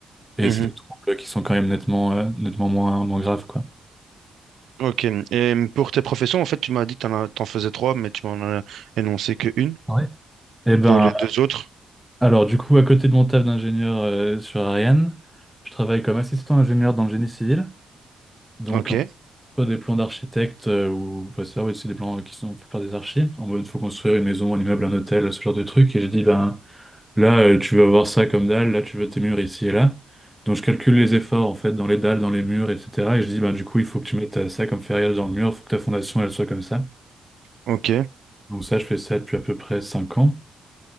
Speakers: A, in the centre; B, on the right.
A: et
B: Mhm.
A: c'est des troubles qui sont quand même nettement, euh, nettement moins, moins graves, quoi.
B: Ok, et pour tes professions, en fait, tu m'as dit que t'en as- t'en faisais trois, mais tu m'en as énoncé que une
A: Ouais. Eh ben,
B: pour les deux autres.
A: alors du coup, à côté de mon taf d'ingénieur euh, sur Ariane, je travaille comme assistant ingénieur dans le génie civil. Donc,
B: Ok,
A: on fait des plans d'architecte euh, ou enfin, ça, ouais, c'est des plans qui sont faits par des archives. En mode, il faut construire une maison, un immeuble, un hôtel, ce genre de truc. Et j'ai dit, ben, Là, euh, tu veux avoir ça comme dalle, là, tu veux tes murs ici et là. Donc, je calcule les efforts, en fait, dans les dalles, dans les murs, etc. Et je dis, ben, du coup, il faut que tu mettes euh, ça comme ferrière dans le mur, il faut que ta fondation, elle soit comme ça.
B: ok.
A: Donc, ça, je fais ça depuis à peu près 5 ans.